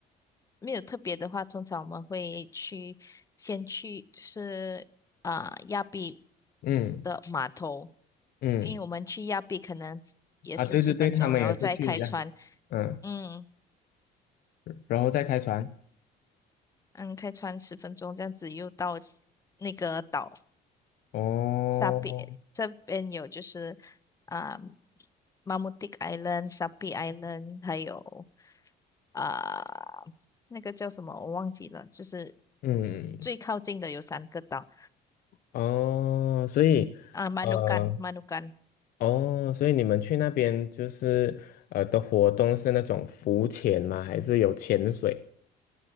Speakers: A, on the left (about 20°); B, on the left (about 60°).
A: 没有特别的话，通常我们会去先去就是啊、亚庇
B: 嗯
A: 的码头，
B: 嗯
A: 因为我们去亚庇可能也是十分钟，
B: 啊对对对，他们也是去一样，
A: 然后再开船，
B: 嗯，
A: 嗯
B: 然后再开船
A: 嗯，开船十分钟这样子又到那个岛
B: 哦，
A: 沙比这边有就是啊、马穆蒂 Island、沙比 Island，还有啊、那个叫什么我忘记了，就是
B: 嗯
A: 最靠近的有三个岛
B: 哦，所以。
A: 啊，马努干，
B: 呃。
A: 马努干。
B: 哦，所以你们去那边就是呃的活动是那种浮潜吗？还是有潜水？